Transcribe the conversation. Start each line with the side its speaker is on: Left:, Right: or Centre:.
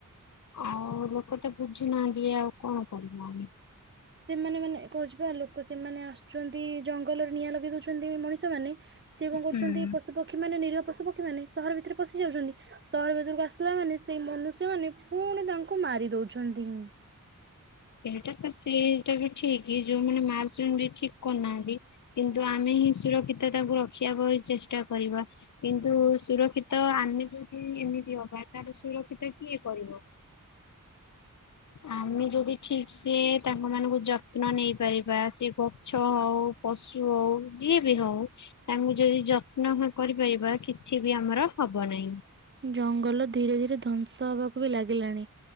Left: ଆଉ ଲୋକ ତ ବୁଝୁନାହାନ୍ତି ଇଆଉ କଣ କରିବ ଆମେ।
Right: ସେମାନେ ମାନେ ଏ କ ଛିବା ଲୋକ ସେମାନେ ଆସୁଛନ୍ତି ଜଙ୍ଗଲରେ ନିଆଁ ଲଗେଇ ଦଉଛନ୍ତି ମଣିଷମାନେ ସିଏ କଣ କରୁଛନ୍ତି
Left: ହୁଁ
Right: ପଶୁ ପକ୍ଷୀମାନେ ନିରୀହ ପଶୁ ପକ୍ଷୀ ମାନେ ସହର ଭିତରେ ପଶି ଯାଉଛନ୍ତି ସହର ଭିତରକୁ ଆସିଲା ମାନେ ସେ ସେଇ ମନୁଷ୍ୟମାନେ ଫୁଣି ତାଙ୍କୁ ମାରି ଦଉଛନ୍ତି।
Left: ଏଇଟା ତ ସେଇଟା ବି ଠିକ ଯୋଉମାନେ ମାର୍ଚନ୍ତି ଠିକ କରୁନାହାନ୍ତି। କିନ୍ତୁ ଆମେ ହିଁ ସୁରକ୍ଷିତ ତାକୁ ରଖିବା ପଇଁ ଚେଷ୍ଟା କରିବା। କିନ୍ତୁ ସୁରକ୍ଷିତ ଆମେ ଯଦି ଏମିତି ହବା ତାହଲେ ସୁରକ୍ଷିତ କିଏ କରିବ। ଆମେ ଯଦି ଠିକ ସେ ତାଙ୍କ ମାନଙ୍କୁ ଯତ୍ନ ନେଇ ପାରିବା ସେ ଗଛ ହଉ ପଶୁ ହଉ କି ବି ନ ହଉ ତାମକୁ ଯଦି ଯତ୍ନ ହ କରିପାରିବା କିଛି ବି ଆମର ହବ ନାହିଁ।
Right: ଜଙ୍ଗଲ ଧୀରେ ଧୀରେ ଧ୍ୱଂସ ହବାକୁ ବି ଲାଗିଲାଣି।